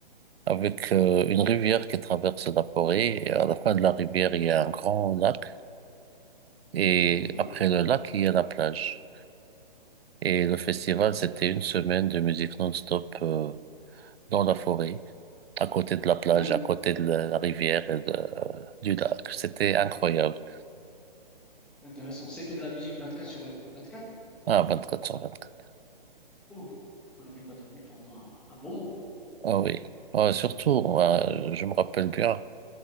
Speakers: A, on the right; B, in the centre.
A: avec euh, une rivière qui traverse la forêt. Et à la fin de la rivière, il y a un grand lac. Et
B: ok.
A: après le lac, il y a la plage. Et le festival, c'était une semaine de musique non-stop euh, dans la forêt, à côté de la plage,
B: 20...
A: à côté de la la rivière et de- euh, du lac. C'était incroyable.
B: Intéressant. C'était de la musique 24 sur 24.
A: Ah, 24 sur quatre
B: Oh, donc vous n'avez pas dormi pendant un, un bon moment.
A: Ah oui. Ah, surtout, euh, je me rappelle bien